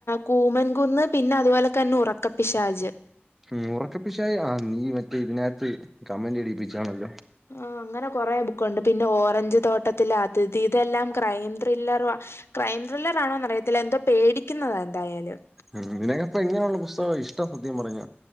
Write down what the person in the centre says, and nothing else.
മ് ഒറക്കപ്പിശാചാ ആ നീ മറ്റേ ഇതിനകത്ത് കമന്റ് ഇടിപ്പിച്ചാണല്ലോ
മ് നിനക്കപ്പോ എങ്ങനെയുള്ള പുസ്തകമാ ഇഷ്ടം സത്യം പറഞ്ഞ